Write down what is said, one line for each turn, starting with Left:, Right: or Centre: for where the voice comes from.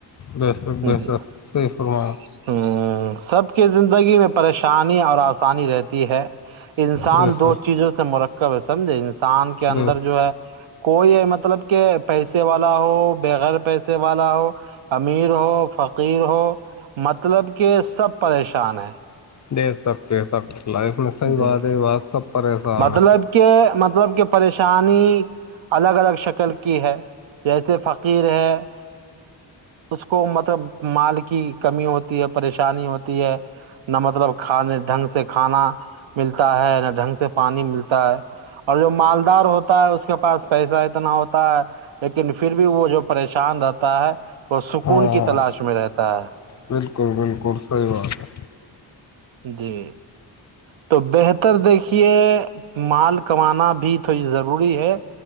Left: بے شک
Right: <unintelligible>
Left: بے
Right: جی
Left: شک
Right: ہ
Left: صحیح فرمایا
Right: سب کے زندگی میں پریش شانی اور آسانی رہتی ہے انسان
Left: بے
Right: دو
Left: شک
Right: چیزوں سے مرک کب سمھیں گ ان کے اندر
Left: دے
Right: جو ہے کوئی مطلب کہ پیسے والا ہو بےغیر پیسے والا ہو امیر ہو فقیر ہو مطلب کہ سب پریشان ہے
Left: دیکے سکتے سک لائف میں صحیح
Right: جی
Left: بات ہے بات سب پریشان
Right: مطلب
Left: ہے
Right: کہ مطلب کہ پریشانی الگ الگ شکل کی ہے جیسے فقیر ہے اس کو مطلب مال کی کمی ہوتی ہے پریشانی ہوتی ہے نہ مطلب کھانے ڈھنگ سے کھانا ملتا ہے نہ ڈھنگ سے پانی ملتا ہے اور جو مالدار ہوتا ہے اس کے پاس پیسہ اتنا ہوتا ہے لیکن پھر بھی وہ جو پریشان رہتا ہے وہ سکون
Left: ہاں
Right: کی تلاش میں رہتا ہے
Left: بالکل بالکل صحی بات ہے
Right: جی تو بہتر دیکھیے مال کمانا بھی تھوڑی ضروری ہے